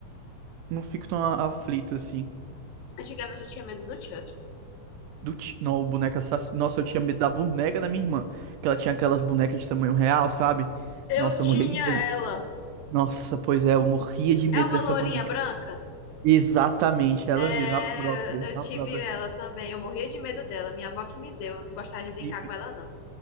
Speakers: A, on the right; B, on the left.
A: Não fico tão a- aflito assim.
B: Antigamente eu tinha medo do Chuck.
A: Do ti- Não, o boneco Nossa, eu tinha medo da boneca da minha irmã. Que ela tinha aquelas bonecas de tamanho real, sabe?
B: Eu
A: Nossa,
B: tinha
A: eu morria de medo.
B: ela.
A: Nossa, pois é, eu morria de medo
B: É uma
A: dessa
B: lourinha
A: boneca.
B: branca?
A: Exatamente, ela
B: É,
A: mesma, a própria,
B: eu
A: a
B: tive
A: própria.
B: ela também. Eu morria de medo dela. Minha avó que me deu. Eu não gostava de brincar
A: E, pi-
B: com ela, não.